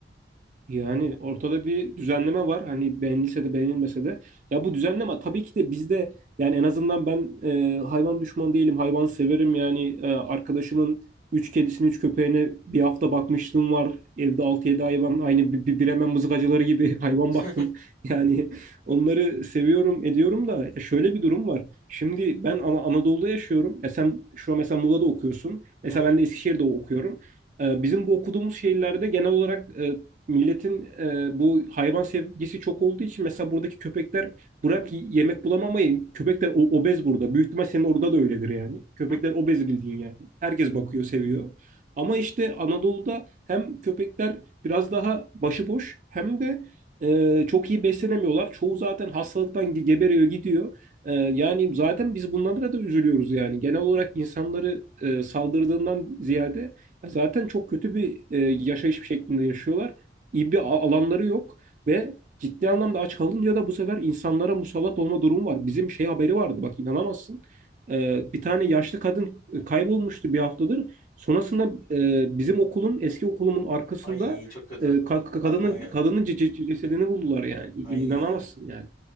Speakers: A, on the right; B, on the left.
A: Yani ortada bir düzenleme var. Hani beğenilse de beğenilmese de. Ya bu düzenleme tabii ki de bizde yani en azından ben e, hayvan düşmanı değilim. Hayvan severim. Yani e, arkadaşımın 3 kedisini 3 köpeğine bir hafta bakmışlığım var. Evde altı yedi hayvan aynı bir, bir Bremen mızıkacıları gibi <laughs> hayvan
B: <laughs>
A: baktım. Yani onları seviyorum ediyorum da ya şöyle bir durum var. Şimdi ben Ana- Anadolu'da yaşıyorum. E sen şu an mesela Muğla'da okuyorsun. Mesela
B: Hı hı.
A: ben de Eskişehir'de okuyorum. E, Bizim bu okuduğumuz şehirlerde genel olarak e, Milletin e, bu hayvan sevgisi çok olduğu için mesela buradaki köpekler bırak y- yemek bulamamayı köpekler o- obez burada. Büyük ihtimal senin orada da öyledir yani. Köpekler
B: Hı?
A: obez bildiğin yani. Herkes bakıyor, seviyor. Ama işte Anadolu'da hem köpekler biraz daha başıboş hem de e, çok iyi beslenemiyorlar. Çoğu zaten hastalıktan ge- geberiyor gidiyor. E, yani zaten biz bunlara da üzülüyoruz yani. Genel olarak insanları e, saldırdığından ziyade zaten çok kötü bir e, yaşayış şeklinde yaşıyorlar iyi bir a- alanları yok ve ciddi anlamda aç kalınca da bu sefer insanlara musallat olma durumu var. Bizim şey haberi vardı bak inanamazsın. Ee, bir tane yaşlı kadın e, kaybolmuştu bir haftadır. Sonrasında e, bizim okulun eski okulumun arkasında
B: Ay çok kötü.
A: e, ka- ka-
B: Aklıma
A: kadının
B: gel-
A: kadının ce- ce- cesedini buldular yani. İ-
B: Ay.
A: İnanamazsın yani.